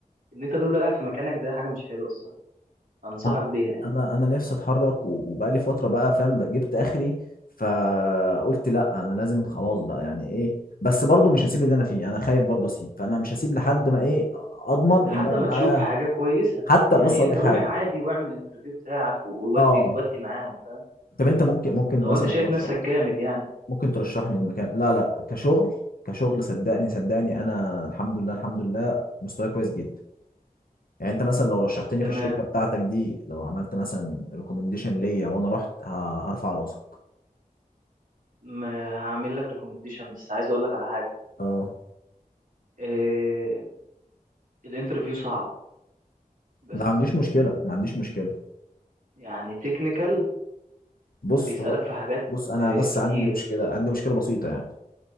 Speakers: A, on the right; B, on the left.
A: ان انت تفضل قاعد في مكانك ده حاجه مش حلوه الصراحه انصحك
B: أه،
A: بيها يعني
B: انا انا نفسي اتحرك و- وبقالي فتره بقى فاهم بقى جبت اخري فقلت لا انا لازم خلاص بقى يعني ايه بس برضو مش هسيب اللي انا فيه انا خايف برضو اسيب فانا مش هسيب لحد ما ايه اضمن
A: لحد
B: ان انا
A: ما تشوف
B: معايا
A: حاجه كويسه
B: حتى
A: يعني
B: بص اقول
A: انت
B: لك
A: روح
B: حاجه
A: عادي واعمل انترفيو بتاعك وودي
B: اه
A: تودي معاهم فاهم
B: طب انت ممكن ممكن
A: لو
B: مثلا
A: انت شايف
B: ترشح
A: نفسك جامد يعني
B: ممكن ترشحني المكان لا لا كشغل كشغل صدقني صدقني انا الحمد لله الحمد لله مستواي كويس جدا يعني انت مثلا لو رشحتني
A: تمام
B: في الشركه بتاعتك دي لو عملت مثلا ريكومنديشن ليا وانا رحت ه- هرفع راسك
A: ما هعمل لك ريكومنديشن بس عايز اقول لك على حاجه
B: اه
A: آه، الانترفيو صعب بس
B: ما عنديش مشكلة ما عنديش مشكلة
A: يعني تكنيكال
B: بص
A: بيسألك
B: هو
A: في حاجات
B: بص أنا
A: آه،
B: بس
A: كتير
B: عندي مشكلة عندي مشكلة بسيطة يعني